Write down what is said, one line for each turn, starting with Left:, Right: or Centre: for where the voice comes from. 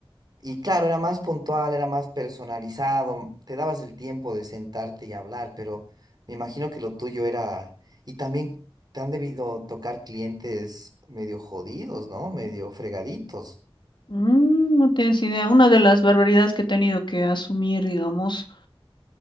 Right: Y claro, era más puntual, era más personalizado, te dabas el tiempo de sentarte y hablar, pero me imagino que lo tuyo era... Y también te han debido tocar clientes medio jodidos, ¿no? Medio fregaditos.
Left: Mm, no tienes idea. Una de las barbaridades que he tenido que asumir, digamos,